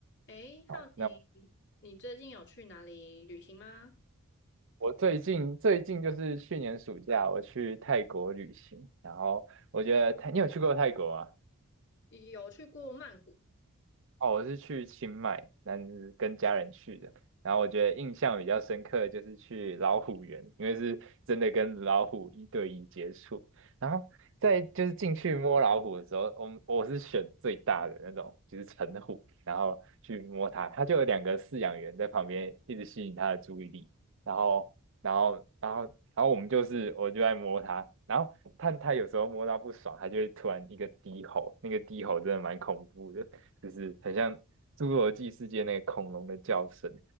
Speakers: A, on the left; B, on the right.
A: 诶，
B: 好，
A: 好奇你你最近有去哪里旅行吗？
B: 我最近最近就是去年暑假我去泰国旅行，然后我觉得泰，你有去过泰国吗？
A: 有去过曼谷
B: 哦，我是去清迈，那是跟家人去的。然后我觉得印象比较深刻的就是去老虎园，因为是真的跟老虎一对一接触。然后在就是进去摸老虎的时候，我们我是选最大的那种，就是成虎，然后去摸它，它就有两个饲养员在旁边一直吸引它的注意力。然后，然后，然后，然后我们就是我就在摸它，然后它它有时候摸到不爽，它就会突然一个低吼，那个低吼真的蛮恐怖的。就是很像侏罗纪世界那个恐龙的叫声。